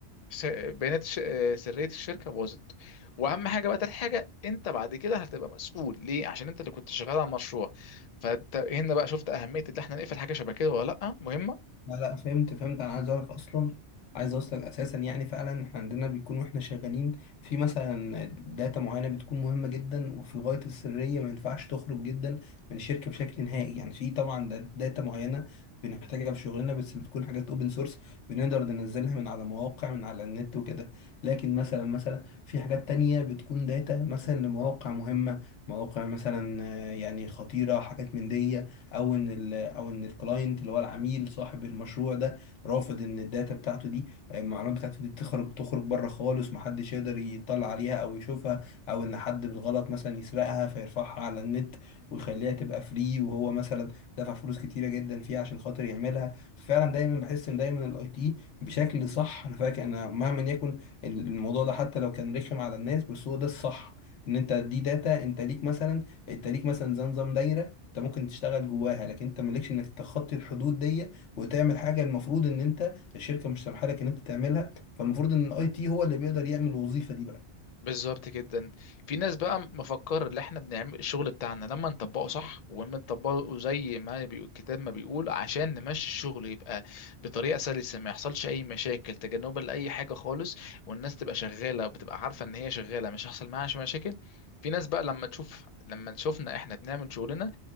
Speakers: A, on the left; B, on the left.
A: س- بيانات ش- آه، سرية الشركة باظت وأهم حاجة بقى تالت حاجة أنت بعد كده هتبقى مسؤول ليه؟ عشان أنت اللي كنت شغال على المشروع فأنت هنا بقى شفت أهمية إن إحنا نقفل حاجة شبه كده ولا لأ مهمة
B: لا لا فهمت فهمت انا عايز اقولك اصلا عايز اوصلك اساسا يعني فعلا احنا عندنا بيكون واحنا شغالين في مثلا داتا معينه بتكون مهمه جدا وفي غايه السريه ما ينفعش تخرج جدا من الشركه بشكل نهائي يعني في طبعا دا- داتا معينه بنحتاجها في شغلنا بس بتكون حاجات اوبن سورس بنقدر ننزلها من على مواقع من على النت وكده لكن مثلا مثلا في حاجات تانية بتكون داتا مثلا لمواقع مهمه مواقع مثلا آه، يعني خطيره حاجات من دي او ان ال او ان الكلاينت اللي هو العميل صاحب المشروع ده رافض ان الداتا بتاعته دي المعلومات بتاعته دي تخرج تخرج بره خالص محدش يقدر يطلع عليها او يشوفها او ان حد بالغلط مثلا يسرقها فيرفعها على النت ويخليها تبقى فري وهو مثلا دفع فلوس كتيره جدا فيها عشان خاطر يعملها فعلا دايما بحس ان دايما الاي تي بشكل صح انا فاكر انا مهما يكن الموضوع ده حتى لو كان رخم على الناس بس هو ده الصح ان انت دي داتا انت ليك مثلا انت ليك مثلا زي نظام دايره انت ممكن تشتغل جواها لكن انت مالكش انك تخطي الحدود دي وتعمل حاجه المفروض ان انت الشركه مش سامحه لك ان انت تعملها فالمفروض ان الاي تي هو اللي بيقدر يعمل الوظيفه دي بقى
A: بالظبط جدا في ناس بقى مفكر اللي احنا بنعمل الشغل بتاعنا لما نطبقه صح ولما نطبقه زي ما بي- الكتاب ما بيقول عشان نمشي الشغل يبقى بطريقه سلسه ما يحصلش اي مشاكل تجنبا لاي حاجه خالص والناس تبقى شغاله وبتبقى عارفه ان هي شغاله مش هيحصل معاها مشاكل في ناس بقى لما تشوف لما تشوفنا احنا بنعمل شغلنا